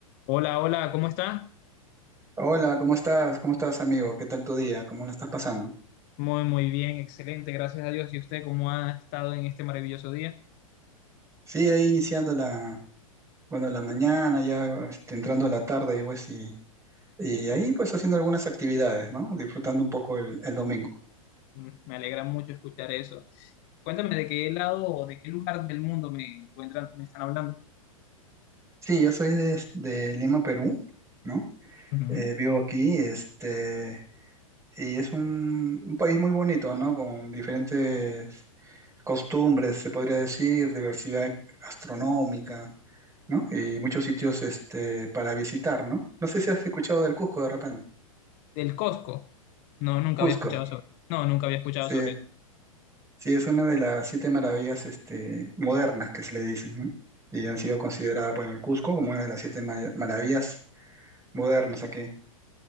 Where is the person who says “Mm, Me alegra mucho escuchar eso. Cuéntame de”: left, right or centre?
Left